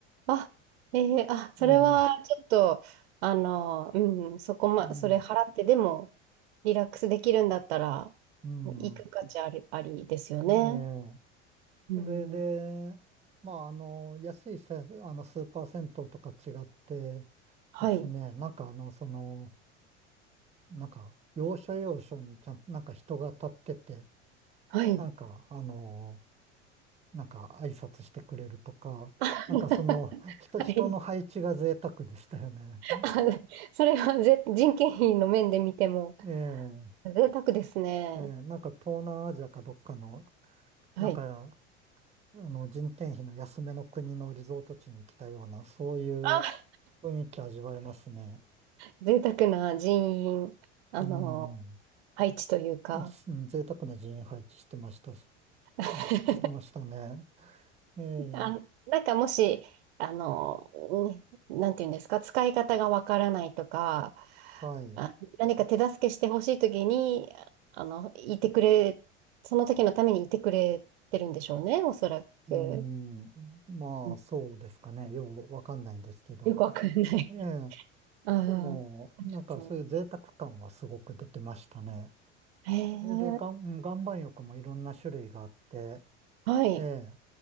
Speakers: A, on the right; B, on the right.
A: あ、ええあ、それはちょっと、
B: ええ、
A: あの、うん、そこま、
B: うん、
A: それ払ってでも、リラックスできるんだったら、
B: うん、
A: 行く価値あり、ありですよね。
B: ええ。
A: うん。
B: それで、まあ、あの、安いせ、あの、スーパー銭湯とか違って
A: はい。
B: ですね、なんかあの、その、なんか、要所要所にちゃん、なんか人が立ってて、
A: はい。
B: なんか、あの、なんか挨拶してくれるとか、
A: <laughs>
B: なんかその、人、
A: はい。
B: 人の配置が贅沢でしたよね。
A: あ、それはぜ、人件費の面で見ても、
B: ええ。
A: 贅沢ですね。
B: えーなんか東南アジアかどっかの、
A: はい。
B: なんか、あの人件費の安めの国のリゾート地に来たような、そういう
A: あ、
B: 雰囲気味わえますね。
A: 贅沢な人員。あの、
B: うん。
A: 配置というか、
B: じ贅沢な人員配置してましたし、し
A: <laughs>
B: してましたね。ええ、
A: あ、なんかもし、あの、ねなんていうんですか、使い方がわからないとか、
B: はい。
A: あ、何か手助けしてほしいときに、あの、いてくれ、その時のためにいてくれてるんでしょうね、おそらく。
B: うん。まあ、
A: うん
B: そうですかね。ようわかんないんですけど。
A: よくわかんない。
B: ええ、
A: <laughs> ああ、
B: でも、
A: ありがと
B: なんかそういう贅沢感はすごく出てましたね。
A: う。へえ、
B: それで、岩岩盤浴もいろんな種類があって、
A: はい。
B: ええ